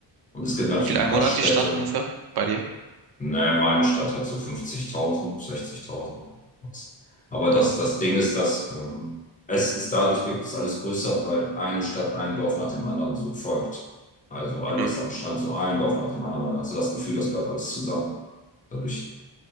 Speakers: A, on the left (about 20°); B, on the right (about 55°).
A: Und es gibt natürlich
B: Wie viele Einwohner
A: ein paar Städte.
B: hat die Stadt ungefähr bei dir?
A: Ne, meine Stadt hat so 50.000, 60.000. was. Aber das,
B: Ja.
A: das Ding ist, dass ähm, es ist dadurch wirkt es alles größer, weil eine Stadt ein Dorf nach dem anderen so folgt. Also alles
B: Mhm.
A: am Strand, so ein Dorf nach dem anderen. Dann hast du das Gefühl, das gehört alles zusammen. Dadurch